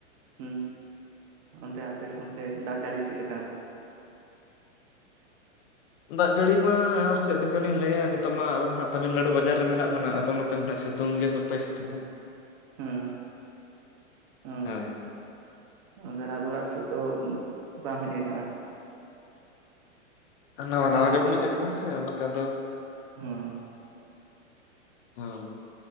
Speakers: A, on the right (about 30°); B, on the left (about 45°).
A: ᱦᱩᱸ ᱚᱱᱛᱮ ᱟᱯᱮ ᱚᱱᱛᱮ ᱫᱟᱜᱽ ᱡᱟᱹᱲᱤ ᱪᱮᱫ ᱞᱮᱠᱟ?
B: ᱫᱟᱜᱽ ᱡᱟᱹᱲᱤ ᱢᱟ ᱟᱨ ᱪᱮᱫ ᱞᱮᱠᱟᱞᱤᱧ ᱞᱟᱹᱭᱟ ᱱᱤᱛᱚᱜ ᱢᱟ ᱟᱵᱚ ᱢᱟ ᱦᱟᱸᱜ ᱛᱟᱢᱤᱞᱱᱟᱹᱲᱩ ᱵᱟᱡᱟᱨ ᱨᱮ ᱢᱮᱱᱟᱜ ᱵᱚᱱᱟ ᱟᱫᱚ ᱱᱚᱛᱮ ᱢᱟ ᱥᱤᱛᱩᱝ ᱜᱮ, ᱥᱚᱠᱛᱚ ᱥᱤᱛᱩᱝ,
A: ᱦᱩᱸ, ᱚ
B: ᱦᱳᱭ,
A: ᱛᱟᱦᱚᱞᱮ ᱟᱫᱚ ᱚᱲᱟᱜ ᱥᱮᱫ ᱫᱚ ᱵᱟᱢ ᱦᱮᱜ ᱠᱟᱜᱼᱟ᱾
B: ᱱᱟᱣᱟ
A: ᱥᱮ
B: ᱱᱟᱣᱟ
A: ᱚᱱᱛᱮ
B: ᱜᱮᱵᱚ ᱦᱮᱜ ᱠᱟᱱᱟ ᱥᱮ ᱚᱱᱟᱛᱮ ᱟᱫᱚ,
A: ᱦᱚ,
B: ᱦᱳᱭ,